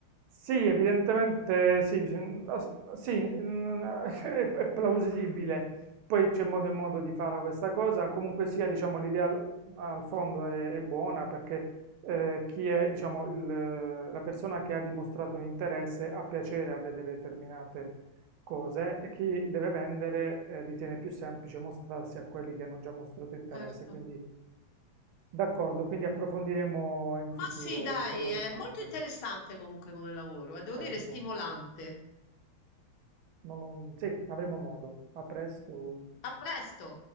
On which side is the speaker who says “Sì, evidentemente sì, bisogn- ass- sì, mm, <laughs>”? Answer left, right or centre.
Right